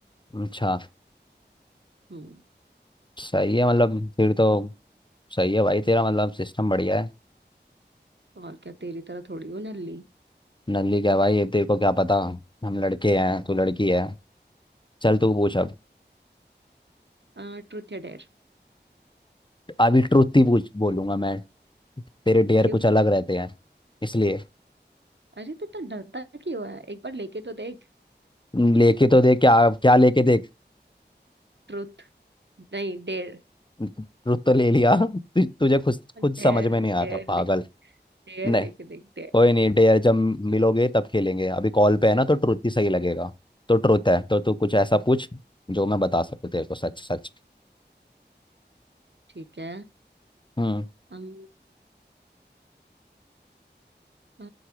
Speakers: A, on the left (about 25°); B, on the right (about 75°).
A: अच्छा
B: हम्म
A: सही है मतलब फिर तो सही है भाई तेरा मतलब सिस्टम बढ़िया है
B: तो और क्या तेरी तरह थोड़ी हूँ नल्ली
A: नल्ली क्या भाई ये तेरे को क्या पता हम लड़के हैं तू लड़की है चल तू पूछ अब
B: आ, ट्रुथ या डेयर
A: अभी ट्रुथ ही पूछ बोलूंगा मैं तेरे डेयर
B: क्यों
A: कुछ अलग रहते हैं इसलिए
B: अरे तो, तो डरता क्यों है एक बार लेके तो देख
A: लेके तो देख क्या क्या लेके देख
B: ट्रुथ नहीं डेयर
A: ट्रुथ तो ले लिया तु, तुझे खुद खुद समझ
B: डेयर
A: में नहीं आ
B: डेयर
A: रहा पागल
B: लेके डेयर
A: नहीं
B: लेके देख डेयर
A: कोई नहीं डेयर जब मिलोगे तब खेलेंगे अभी कॉल पे है ना तो ट्रुथ ही सही लगेगा तो ट्रुथ है तो तू कुछ ऐसा पूछ जो मैं बता सकूं तेरे को सच सच
B: ठीक है
A: हम्म
B: हम अ,